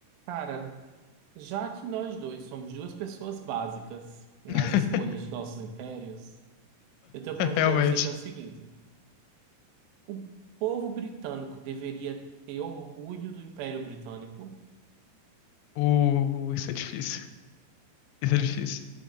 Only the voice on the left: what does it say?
<laughs>
Realmente.
Uh, isso é difícil. Isso é difícil.